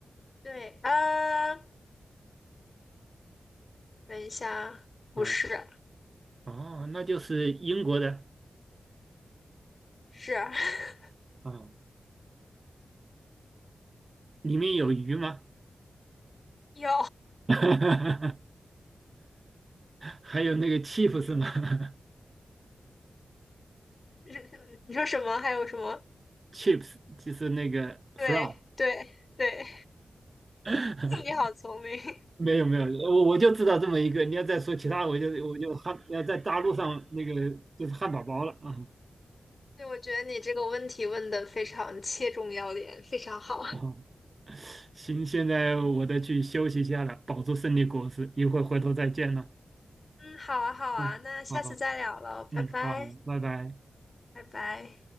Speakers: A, on the left (about 40°); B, on the right (about 35°).
A: 对，呃，等一下，不是，
B: 嗯，哦，那就是英国的
A: 是 <laughs>
B: 啊、里面有鱼吗？
A: 有，
B: <laughs> 还有那个 chips 是吗 <laughs>
A: <laughs> 你说什么？还有什么？
B: ？chips 就是那个 fry。
A: 对对对，
B: <laughs>
A: <laughs> 你好聪明。<laughs>
B: 没有没有，我我就知道这么一个。你要再说其他，我就我就汉要在大陆上那个就是汉堡包了啊。
A: 对，我觉得你这个问题问的非常切中要点，非常好。
B: <laughs>
A: <laughs>
B: 哦，行，现在我得去休息一下了，保住胜利果实，一会儿回头再见了。
A: 嗯，好啊，好啊，
B: 嗯，
A: 那下次再聊了，
B: 好好，嗯，
A: 拜拜，
B: 好好，拜拜。
A: 拜拜。